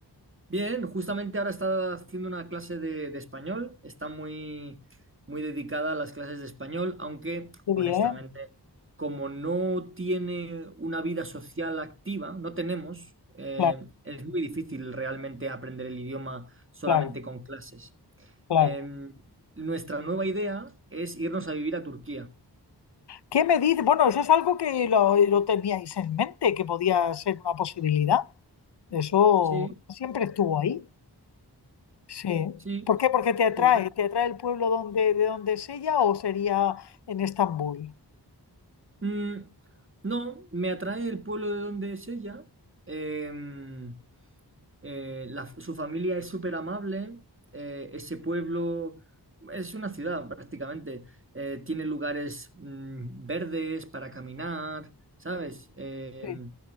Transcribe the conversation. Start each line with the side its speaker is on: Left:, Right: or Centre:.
Right: Bien, justamente ahora está haciendo una clase de, de español, está muy, muy dedicada a las clases de español, aunque
Left: Qué bien,
Right: honestamente, como no tiene una vida social activa, no tenemos, eh,
Left: claro,
Right: es muy difícil realmente aprender el idioma solamente
Left: claro,
Right: con clases.
Left: claro.
Right: Em, nuestra nueva idea es irnos a vivir a Turquía.
Left: ¿Qué me dices? Bueno, eso es algo que lo, lo teníais en mente, que podía ser una posibilidad. Eso
Right: Sí,
Left: siempre estuvo ahí. Sí.
Right: sí,
Left: ¿Por qué? Porque te atrae,
Right: sí, sí.
Left: te atrae el pueblo donde, de donde es ella o sería en Estambul.
Right: Mm, no, me atrae el pueblo de donde es ella. Em, eh, la- su familia es súper amable, eh, ese pueblo es una ciudad prácticamente, eh, tiene lugares mm, verdes para caminar, ¿sabes? Eh,
Left: Sí,